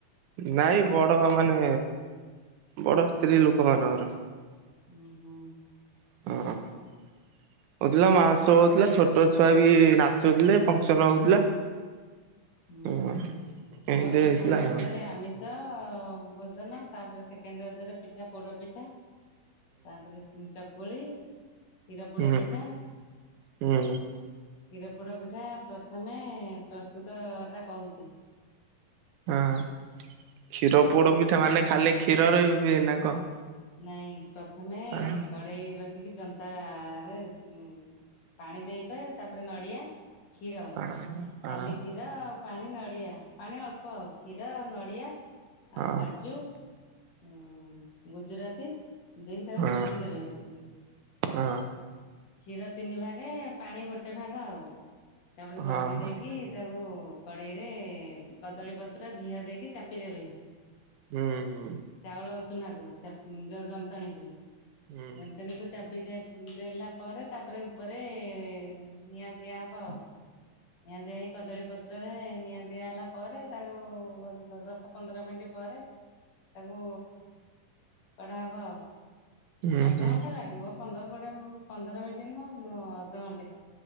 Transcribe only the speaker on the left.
ହୁଁ ହୁଁ।
ଆଉ
ପ୍ର
ଉଁ
ହୁଁ ଆମର
ପ୍ରଥମ
ରଜରେ
ଆମିସ୍ ସ ଭୋଜନ ତାପରେ ସେକେଣ୍ଡ ରଜରେ ପିଠା ପୋଡ଼ପିଠା ତାପରେ ହୁଁ ଚକୁଳି କ୍ଷୀରପୋଡପିଠା।
କ୍ଷୀରପୋଡପିଠା ପ୍ରଥମେ ପ୍ରସ୍ତୁତ ଟା କହୁଚି।
କ୍ଷୀର ପ
ନାଇଁ ପ୍ରଥମେ
କଡେଇ ବସ୍ କି ଜନ୍ତା ରେ ଉଁ ପାଣି ଦେଇପା ତାପରେ ନଡିଆ କ୍ଷୀର
ଖାଲି କ୍ଷୀ କ୍ଷୀର ଆଉ ପାଣି ନଡ଼ିଆ ପାଣି ଅଳ୍ପ କ୍ଷୀର ନଡ଼ିଆ
ଆଉ କାଜୁ ଉଁ ଗୁଜୁରାତି ଦେଇକି ତାକୁ
ଜନ୍ତିଦେବେ ହୁଁ।
କ୍ଷୀର ତିନିଭାଗେ ପାଣି ଗୋଟେଭାଗ ଆଉ ତାପରେ ଜନ୍ତିି
ଦେଇକି ତାକୁ କଡେଇରେ କଦଳୀ ପତ୍ର ଘିଅ ଦେଇକି ଚାପିଦବେ।
ଚାଉଳ ଚୁନାକୁ ଚାପ୍ ଯ ଯନ୍ତଣୀକୁ
ଯନ୍ତଣୀକୁ ଚାପି ଚା ଦେଲା ପରେ ତାପରେ ଉପରେ ନିଆଁ ଦିଆହବ ଆଉ। ନିଆଁ ଦିଆହେଇକି କଦଳୀ ପତ୍ରରେ ନିଆଁ ଦିଆ ହେଲା ପରେ ତାକୁ ଅ ଦଶ ପନ୍ଦର ମିନିଟ୍ ପରେ ତାକୁ କଢ଼ା ହବ ଆଉ
ଅଧଘଣ୍ଟା
ଲାଗିବ। ପନ୍ଦର କୋଡ଼ିଏ ମ୍ ପନ୍ଦର ମିନିଟ୍ ନୁହଁ ଅଁ ଅଧଘଣ୍ଟେ।